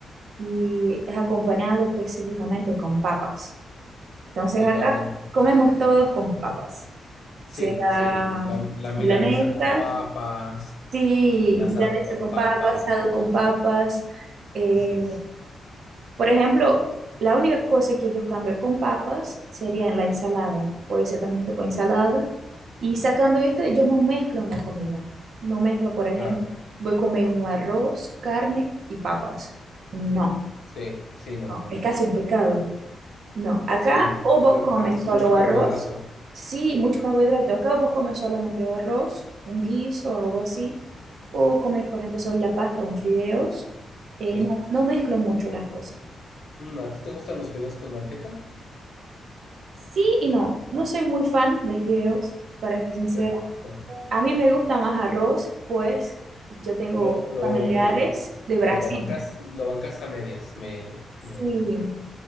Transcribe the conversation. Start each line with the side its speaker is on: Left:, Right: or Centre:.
Right: y es acompañado específicamente con papas. Entonces
Left: totalmente.
Right: acá comemos todos con papas.
Left: Sí,
Right: Sea
Left: sí, la, la milanesa
Right: milanesa,
Left: con papas,
Right: Sí,
Left: el asado
Right: milanesa
Left: con
Right: con
Left: papas,
Right: papas, asado con papas. eh,
Left: así es.
Right: por ejemplo, la única cosa que ellos cambian con papas sería en la ensalada. Puede ser también esto con ensalada. Y sacando esto, ellos no mezclan la comida. No mezclan, por ejemplo,
Left: Claro.
Right: voy a comer un arroz, carne y papas. No,
Left: Sí, sí, no,
Right: no,
Left: no,
Right: es
Left: no.
Right: casi un pecado. No, acá
Left: Sí,
Right: o
Left: porque
Right: vos
Left: aparte
Right: comes
Left: es
Right: solo
Left: mucho carbohidrato.
Right: arroz, sí, mucho carbohidrato, acá o vos comes solamente o arroz, un guiso o algo así, o comes, por ejemplo, solo la pasta, un fideos. Eh,
Left: Sí.
Right: no, no mezclo mucho las cosas.
Left: Mm, ¿a ti te gustan los fideos con manteca?
Right: Sí y no, no soy muy fan de fideos, para ser sincera.
Left: Ok, ok.
Right: A mí me gusta más arroz, pues yo tengo
Left: Lo, lo,
Right: familiares
Left: lo,
Right: de Brasil.
Left: lo bancas, lo bancas a medias. Me,
Right: Sí,
Left: me,